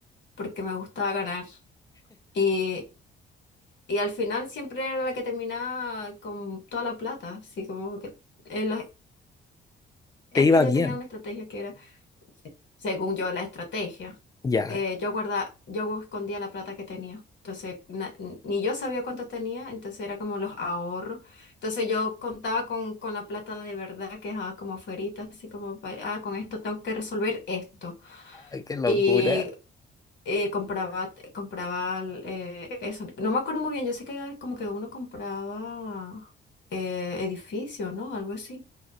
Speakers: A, on the left; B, on the left.
A: porque me gustaba ganar. Y, y al final siempre era la que terminaba con toda la plata, así como que... eh, los- es
B: Te iba
A: que yo
B: bien.
A: tenía una estrategia que era, según yo, la estrategia.
B: Ya.
A: eh, yo guarda, yo escondía la plata que tenía. Entonces, na- ni yo sabía cuánto tenía, entonces era como los ahorros. Entonces yo contaba con, con la plata de verdad que dejaba como afuerita, así como, pa- ah, con esto tengo que resolver esto.
B: Ay, qué locura.
A: Y eh, compraba, compraba eh, eso. No me acuerdo muy bien, yo sé que era como que uno compraba eh, edificio, ¿no? Algo así.